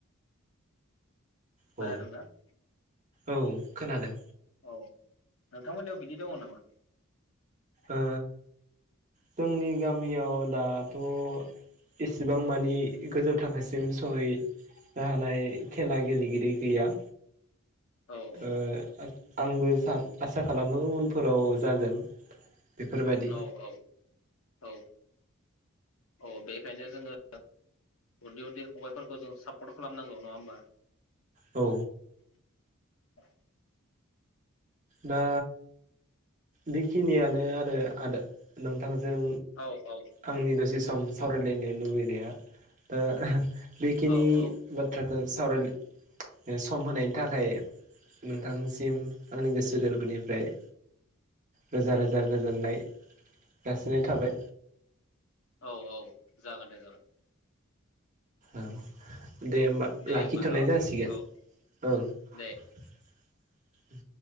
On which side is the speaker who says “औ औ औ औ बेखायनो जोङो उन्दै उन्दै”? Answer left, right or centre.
Left